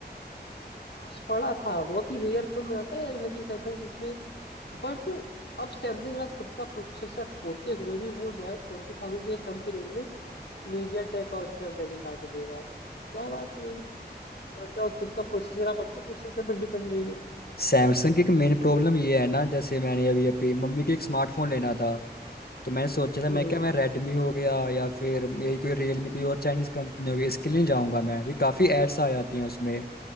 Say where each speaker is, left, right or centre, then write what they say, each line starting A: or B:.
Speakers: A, on the left; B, on the left.
A: उसमें Exynos पड़ा था बहुत ही रेयर फोन आता है मतलब कि सैमसंग जिसमें बट अब सैमसंग के पास खुद का प्रोसेसर होते हुए भी वो जो है ट्वेंटी थाउजेंड से कम की रेंज में मीडिया टेक और स्नैपड्रैगन डाल के दे रहा है क्या बात है भाई आपके पास खुद का प्रोसेसर आप अपने प्रोसेसर पर डिपेंड रही हो
B: सैमसंग की एक मेन प्रॉब्लम ये है ना जैसे मैंने अभी अभी मम्मी के एक स्मार्टफोन लेना था तो मैंने सोचा था मैं
A: हम्म
B: क्या मैं रेडमी हो गया या फिर यही कोई रियलमी कोई और चाइनीज कंपनी हो गई इसके लिए नहीं जाऊंगा मैं भी काफी एड्स आ जाती हैं उसमें